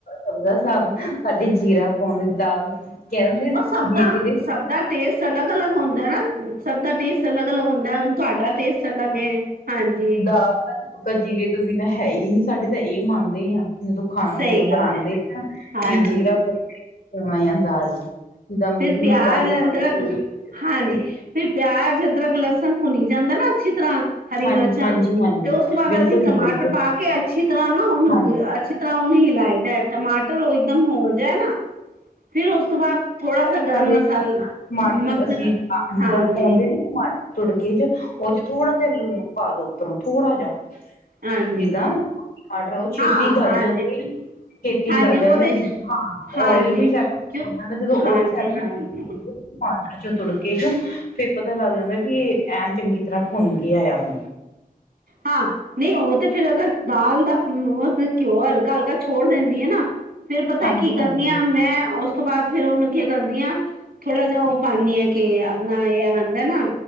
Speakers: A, on the left (about 80°); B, on the right (about 75°).
A: ਬੰਗਲਾ ਸਾਬ ਸਾਡੀ ਜੀਰਾ ਪਾਉਂਦੀ ਦਾਲ ਕਹਿ ਦਿੰਦੇ
B: ਉਹ ਸਭ
A: ਜੀਰੇ
B: ਦਾ, ਸਭ ਦਾ ਟੇਸਟ ਅਲੱਗ-ਅਲੱਗ ਹੁੰਦਾ ਨਾ, ਸਭ ਦਾ ਟੇਸਟ ਅਲੱਗ-ਅਲੱਗ ਹੁੰਦਾ ਹੁਣ। ਤੁਆਡਾ ਟੇਸਟ ਅਲੱਗ ਏ, ਹਾਂਜੀ।
A: ਆਵਤਣ ਕਾ ਜੀਰੇ ਤੋਂ ਬਿਨਾਂ ਹੈ ਈ ਨੀ ਸਾਡੇ ਤਾਂ ਏਹ ਮੰਨਦੇ ਆ। ਦੁ ਖਾਨ
B: ਸਹੀ
A: ਮਤਲਬ
B: ਗੱਲ
A: ਬਣਾਂਦੇ
B: ਹੈ
A: ਨਾ,
B: ਹਾਂਜੀ
A: ਵੀ ਜੀਰਾ <unintelligible> ਪੋਉਣਾ ਆ ਦਾਲ ਚ। ਜਿੱਦਾਂ ਮੂੰਗੀ
B: ਫਿਰ ਪਿਆਜ,
A: ਮਸਰਾਲੀ ਦਾਲ
B: ਅਦਰਕ
A: ਹੋ ਗਈ
B: ਹਾਂਜੀ ਫਿਰ ਪਿਆਜ, ਅਦਰਕ, ਲਸ ਸਣ ਭੁੰਨੀ ਜਾਂਦਾ ਨਾ ਅੱਛੀ ਤਰ੍ਹਾਂ, ਹਰੀ
A: ਹਾਂਜੀ
B: ਮਿਰਚਾਂ
A: ਹਾਂਜੀ ਹਾਂਜੀ
B: ਤੋਂ ਓਸ ਤੋਂ ਬਾਅਦ
A: ਬਿਲਕੁਲ
B: ਅਸੀਂ ਟਮਾਟਰ
A: ਜੀ ਬਿਲਕੁਲ
B: ਪਾ ਕੇ ਅੱਛ ਅਛੀ ਤਰ੍ਹਾਂ ਨਾ ਉਹਨੂੰ,
A: ਹਾਂਜੀ
B: ਅੱਛੀ ਤਰ੍ਹਾਂ ਉਹਨੂੰ ਹਿਲਾਈ ਦਾ ਏ, ਟਮਾਟਰ ਉਹ ਇਕਦਮ ਹੋ ਜਾਏ ਨਾ ਫਿਰ ਓਸ ਤੋਂ ਬਾਅਦ ਥੋੜਾ
A: ਜਿਸ ਤਰ੍ਹਾਂ
B: ਸਾ ਗਰਮ
A: ਦੇ
B: ਮਸਾਲਾ
A: ਟਮਾਟਰ
B: ਮੱਖਣ
A: ਅਸੀਂ ਜਿੱਦਾਂ
B: ਹਾਂਜੀ
A: ਪੋਂਦੇ ਟਮਾਟਰ ਤੁੜਕੀ ਚ ਉਹ ਚ ਥੋੜਾ ਜੇਹਾ ਲੂਣ ਪਾ ਦੋ ਉੱਪਰੋਂ, ਥੋੜਾ ਜ਼ਾ
B: ਹਾਂਜੀ
A: ਜਿੱਦਾਂ ਆਟ ਰਾਓ ਛੇਤੀ
B: ਹਾਂ
A: ਗੱਲ
B: ਹਾਂਜੀ
A: ਜਾਂਦੀ। ਖੇਤੀ
B: ਹਾਂਜੀ
A: ਗੱਲ
B: ਉਹਦੇ
A: ਜਾਂਦੀ ਜਿੱ
B: ਚ
A: ਹਾਂ
B: ਹਾਂਜੀ
A: ਓਇਲ ਬੀ ਸੈ
B: ਕਿਉਂ
A: ਓਨਾਂ ਦਾ ਜਦੋਂ
B: ਹਾਂਜੀ
A: ਓਏਲ ਸੇਪਰਟ
B: ਹਾਂਜੀ
A: ਹੋ ਜੇ ਪਾ ਦੋ ਜੋ ਤੁੜਕੇ ਚ, ਫੇਰ ਪਤਾ ਲੱਗ ਜਾਂਦਾ ਵੀ ਏਹ ਐਨ ਚੰਗੀ ਤਰ੍ਹਾਂ ਭੁੰਨ ਕੇ ਆਏਆ ਹੁਣ।
B: ਹਾਂ ਨਈ ਉਹ ਤੇ ਫਿਰ ਅਗਰ ਦਾਲ ਦਾ ਹਮ ਉਹ ਫ ਘਿਓ ਹਲਕਾ-ਹਲਕਾ ਛੋੜ ਦੇਣੀ ਏ ਨਾ ਫੇਰ ਪਤਾ
A: ਹਾਂਜੀ
B: ਏ ਕੀ ਕਰਨੀ
A: ਹਾਂਜੀ
B: ਆ ਮੈਂ ਓਸ ਤੋਂ ਬਾਅਦ ਫਿਰ ਉਹਨੂੰ ਕੀ ਕਰਦੀ ਆਂ? ਥੋੜਾ ਜੇਹਾ ਉਹ ਪਾਣੀ ਆ ਕੇ ਆਪਣਾ ਏਹ ਹਾਂਦਾ ਏ ਨਾ,